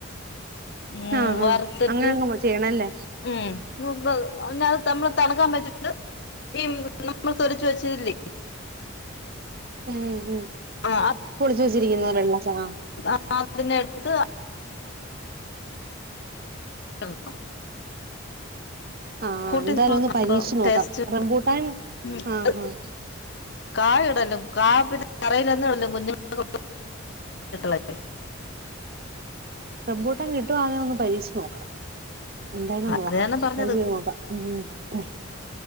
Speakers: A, on the left (about 55°); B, on the right (about 45°).
A: ഉം
B: ആഹ്
A: വറ്ത്ത്ട്ട്
B: ആഹ് അങ്ങനങ്ങ് ചെയ്യണല്ലേ
A: ഉം ഞ് പ്പത് പിന്നെ തമ്മള് തണക്കാൻ വെച്ചിട്ട് ണ്ട് <unintelligible> നമ്മൾ തൊലിച്ച് വെച്ചത് ല്ലെ
B: ഉം ഉം
A: ആഹ്
B: തൊലിച്ച് വെച്ചിരിക്കുന്ന വെള്ള സാ
A: ധൻ ത്തി നട്ത്ത് <unintelligible> <unintelligible>
B: ആഹ്
A: കൂട്ടി
B: എന്തായാലും
A: <unintelligible>
B: ഒന്ന്
A: പ്പം
B: പരീക്ഷിച്ച് നോക്കാം
A: ടേസ്റ്റ്
B: റംബൂട്ടാൻ
A: <unintelligible>
B: ആഹ് ആഹ്
A: കായ് ഇടലും കാ പിന്നെ കറെലൊന്നും ഇടലും കുഞ്ഞുങ്ങ <unintelligible>
B: റംബുട്ടാൻ കിട്ടുവണെ ഒന്ന് പരീക്ഷിച്ച് നോക്കാം എന്തായാലും നോക്കാം
A: അതാണ് പറഞ്ഞത്
B: ട്രൈ ചെയ്ത് നോക്കാം ഉം